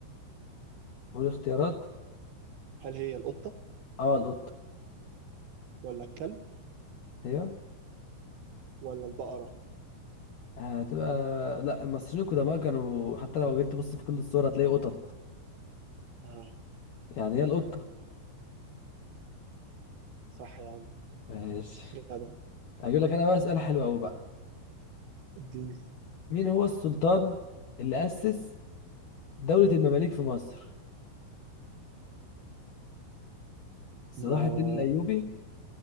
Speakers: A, on the left; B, on the right.
A: قول اختيارات
B: هل هي القطة
A: اه القطة
B: ولا الكلب
A: أيوه
B: ولا البقرة
A: هتبقى لا المصريين القدماء كانوا حتى لو جيت تبص في كل الصور هتلاقي قطط
B: آه
A: يعني هي القطة
B: صح يا عم
A: ماشي
B: جدع
A: هجيب لك أنا بقى سؤال حلو أوي بقى
B: اديني
A: مين هو السلطان اللي أسس دولة المماليك في مصر صلاح
B: لا
A: الدين الأيوبي